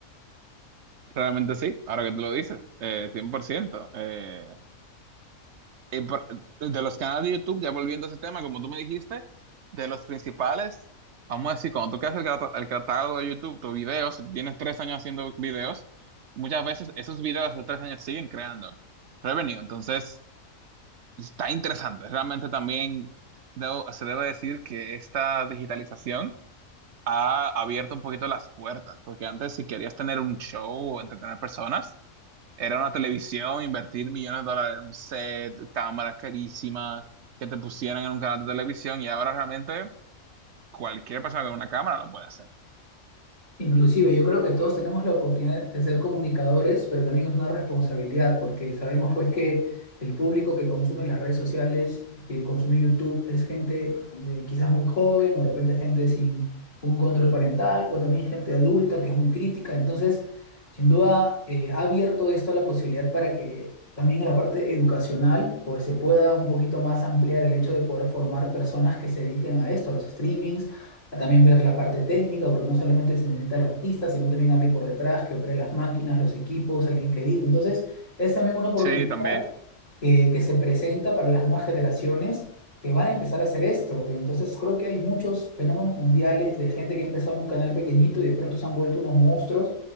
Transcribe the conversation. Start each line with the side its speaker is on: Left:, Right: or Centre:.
Right: Realmente sí, ahora que tú lo dices, eh, 100%. Eh, y por- de los canales de YouTube, ya volviendo a ese tema, como tú me dijiste, de los principales, vamos a decir, cuando tú creas el, cata- el catálogo de YouTube, tus videos, si tienes tres años haciendo videos, muchas veces esos videos de tres años siguen creando revenue. Entonces, está interesante. Realmente también debo- se debe decir que esta digitalización ha abierto un poquito las puertas, porque antes si querías tener un show o entretener personas, era una televisión, invertir millones de dólares en un set, cámaras carísimas, que te pusieran en un canal de televisión y ahora realmente cualquier persona con una cámara lo puede hacer.
Left: Inclusive, yo creo que todos tenemos la oportunidad de ser comunicadores, pero también es una responsabilidad, porque sabemos pues que el público que consume las redes sociales, que consume YouTube, es gente de- quizás muy joven, o de repente gente sin un control parental, o también gente adulta que es muy crítica. Entonces, sin duda, eh, ha abierto esto la posibilidad para que también en la parte educacional, pues se pueda un poquito más ampliar el hecho de poder formar personas que se dediquen a esto, a los streamings a también ver la parte técnica, porque no solamente se necesita el artista, sino también alguien por detrás que opere las máquinas, los equipos, alguien que edite. Entonces, es también una oportunidad
Right: Sí, también.
Left: eh, que se presenta para las nuevas generaciones que van a empezar a hacer esto. Entonces creo que hay muchos fenómenos mundiales de gente que ha empezado en un canal pequeñito y de pronto se han vuelto unos monstruos